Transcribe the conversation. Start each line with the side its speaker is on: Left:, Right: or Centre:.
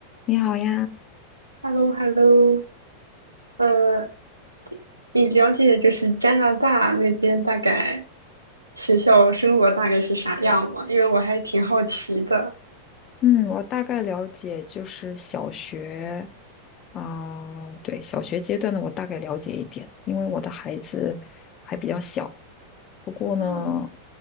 Left: 你好呀，
Right: h e l l o h e l l o 呃，你了解就是加拿大那边大概学校生活大概是啥样吗？因为我还挺好奇的。
Left: 嗯，我大概了解，就是小学，啊、对，小学阶段的我大概了解一点，因为我的孩子还比较小。不过呢，
Right: 啊